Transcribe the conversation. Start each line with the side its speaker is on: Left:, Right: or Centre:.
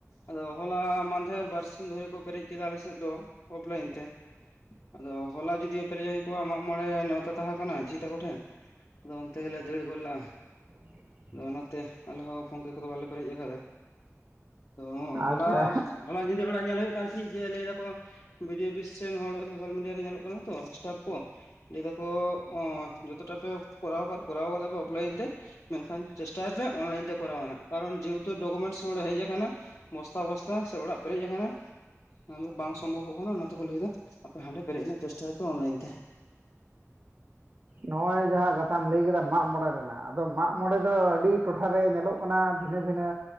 Left: ᱟᱫᱚ ᱦᱚᱞᱟ ᱢᱟᱦᱫᱮᱨ ᱵᱟᱨᱥᱤᱧ ᱫᱷᱚᱨᱮᱹ ᱠᱚ ᱯᱮᱨᱮᱡ ᱠᱮᱫᱟ ᱟᱞᱮᱥᱮᱫ ᱫᱚ ᱚᱯᱷᱞᱟᱭᱤᱱ ᱛᱮ ᱾ ᱟᱫᱚ ᱦᱚᱞᱟ ᱡᱩᱫᱤ ᱯᱮᱨᱮᱡ ᱦᱳᱭ ᱠᱚᱜᱼᱟ ᱢᱟᱜ ᱢᱚᱬᱮ ᱱᱮᱣᱛᱟ ᱛᱟᱦᱮᱸ ᱠᱟᱱᱟ ᱡᱷᱤ ᱛᱟᱠᱚ ᱴᱷᱮᱱ ᱾ ᱟᱫᱚ ᱚᱱᱛᱮ ᱜᱮᱞᱮ ᱫᱟᱹᱲ ᱜᱚᱫᱞᱟᱜ-ᱟ ᱾
Right: <inaudible> ᱠᱟᱲᱟᱡ-ᱠᱚᱲᱚᱡ ᱾
Left: ᱟᱫᱚ ᱚᱱᱟᱛᱮ ᱟᱞᱮ ᱦᱚᱸ ᱯᱷᱳᱱᱯᱮᱹ ᱠᱚᱫᱚ ᱵᱟᱞᱮ ᱯᱮᱨᱮᱡ ᱟᱠᱟᱫᱟ ᱾ ᱛᱚ
Right: ᱟᱪᱪᱷᱟ
Left: ᱦᱚᱞᱟ, ᱦᱚᱞᱟ ᱧᱤᱫᱟᱹ ᱵᱮᱲᱟ ᱧᱮᱞ ᱦᱳᱭᱳᱜ ᱠᱟᱱ ᱛᱟᱦᱮᱸᱫ ᱡᱮ ᱞᱟᱹᱭ ᱫᱟᱠᱚ ᱵᱷᱤᱰᱤᱭᱳ ᱚᱯᱤᱥ ᱥᱮᱱ ᱦᱚᱲ ᱥᱳᱥᱟᱞ ᱢᱤᱰᱤᱭᱟ ᱨᱮ ᱧᱮᱞᱚᱜ ᱠᱟᱱᱟ ᱛᱚ ᱥᱴᱟᱯ ᱠᱚ ᱾ ᱞᱟᱹᱭ ᱫᱟᱠᱚ ᱚ ᱚᱸ ᱡᱚᱛᱚᱴᱟ ᱯᱮ ᱠᱚᱨᱟᱣ ᱟᱠᱟᱫ ᱠᱚᱨᱟᱣ ᱟᱠᱟᱫᱟ ᱯᱮ ᱚᱯᱷᱞᱟᱭᱤᱱ ᱛᱮ ᱢᱮᱱᱠᱷᱟᱱ ᱪᱮᱥᱴᱟᱭ ᱯᱮ ᱚᱱᱞᱟᱭᱤᱱ ᱛᱮ ᱠᱚᱨᱟᱣ ᱨᱮᱱᱟᱜ, ᱠᱟᱨᱚᱱ ᱡᱮᱹᱦᱮᱹᱛᱩ ᱰᱚᱠᱩᱢᱮᱱᱴᱥ ᱱᱚᱲᱮ ᱦᱮᱡ ᱟᱠᱟᱱᱟ ᱾ ᱵᱚᱥᱛᱟ ᱵᱚᱥᱛᱟ ᱥᱮ ᱚᱲᱟᱜ ᱯᱮᱨᱮᱡ ᱟᱠᱟᱱᱟ, ᱩᱱᱟ, ᱹᱜ ᱫᱚ ᱵᱟᱝ ᱥᱚᱢᱵᱷᱚᱵᱚᱜ ᱠᱟᱱᱟ ᱚᱱᱟᱛᱮᱠᱚ ᱞᱟᱹᱭ ᱮᱫᱟ ᱾ ᱟᱯᱮ ᱦᱟᱸᱰᱮ ᱯᱮᱨᱮᱡ ᱨᱮᱱᱟᱜ ᱪᱮᱥᱴᱟᱭᱯᱮ ᱚᱱᱞᱟᱭᱤᱱ ᱛᱮ ᱾
Right: ᱱᱚᱜᱼᱚᱸᱭ ᱡᱟᱦᱟᱸ ᱠᱟᱛᱷᱟᱢ ᱞᱟᱹᱭ ᱠᱮᱫᱟ ᱢᱟᱜ ᱢᱚᱬᱮ ᱨᱮᱱᱟᱜ ᱟᱫᱚ ᱢᱟᱜ ᱢᱚᱬᱮ ᱫᱚ ᱟᱹᱰᱤ ᱴᱚᱴᱷᱟ ᱨᱮ ᱧᱮᱞᱚᱜ ᱚᱱᱟ ᱵᱷᱤᱱᱟᱹ ᱵᱷᱤᱱᱟᱹ